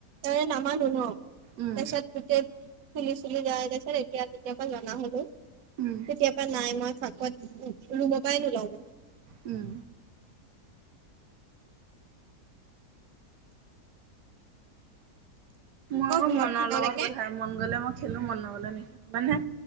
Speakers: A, on the right; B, on the right.
A: ত নামানো ন
B: উম
A: তাৰপিছত গোটেই ফুলি চুলি যাই তাৰপাছত এতিয়া তেতিয়াবা জনা হ'লো
B: উম
A: কেতিয়া পৰা নাই মই ফাকুৱাত ৰুমৰ পাই নোলাওঁ।
B: উম মই আকৌ
A: ঘৰত
B: মনৰ
A: থকালৈকে
B: লগত কথা মন গলে মই খেলো মন নগলে নেখেলো মানে।